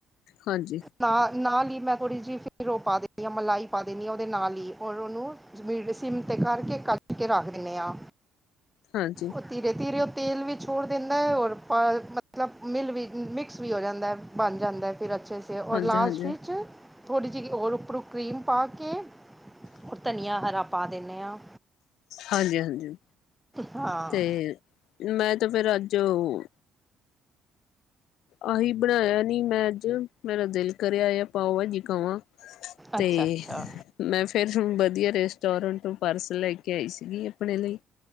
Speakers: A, on the left; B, in the centre.
A: ਹਾਂਜੀ।
B: ਨਾਲ-ਨਾਲ ਈ ਮੈਂ ਥੋੜ੍ਹੀ ਜੀ ਫਿਰ ਉਹ ਪਾ ਦੇਨੀ ਆਂ ਮਲਾਈ ਪਾ ਦੇਨੀ ਆਂ, ਉਹਦੇ ਨਾਲ ਹੀ ਔਰ ਉਹਨੂੰ ਜਿਵੇ ਕਿ ਸਿਮ ਤੇ ਕਰਕੇ ਕੱੱਝ ਕੇ ਰੱਖ ਦਿੰਦੇ ਹਾਂ।
A: ਹਾਂਜੀ।
B: ਔਹ ਧੀਰੇ ਧੀਰੇ ਔਹ ਤੇਲ ਵੀ ਛੋੜ ਦਿੰ ਹੋਰ ਮਤਲਬ ਮਿਲ ਵੀ ਮਿਕਸ ਵੀ ਹੋ ਜਾਂਦਾ ਬਣ ਜਾਂਦਾ ਫਿਰ ਅੱਛੇ ਤੇ ਹੋਰ,
A: ਹਾਂਜੀ
B: ਲਾਸਟ
A: ਹਾਂਜੀ
B: ਵਿੱਚ ਥੋੜ੍ਹੀ ਜਿਹੀ ਹੋਰ ਉਪਰੋਂ ਕ੍ਰੀਮ ਪਾ, ਕੇ ਔਰ ਧਨੀਆਂ ਹਰਾ ਪਾ ਦਿੰਨੇ ਹਾਂ।
A: ਹਾਂਜੀ-ਹਾਂਜੀ
B: ਹਾਂ
A: ਤੇ ਮੈਂ ਤਾਂ ਫਿਰ ਅੱਜ ਔ ਆਹੀ ਬਣਾਇਆ ਨੀ ਮੈਂ ਅੱਜ, ਮੇਰਾ ਦਿਲ ਕਰਿਆਯਾ ਪਾਓ ਭਾਜੀ ਕਵਾਂ ਤੇ
B: ਅੱਛਾ ਅੱਛਾ
A: ਮੈਂ ਫਿਰ ਵਧੀਆ ਰੈਸਟੋਰੈਂਟ ਤੋਂ ਪਰਸ ਲੈ ਕੇ ਆਈ ਸੀਗੀ। ਆਪਣੇ ਲਈ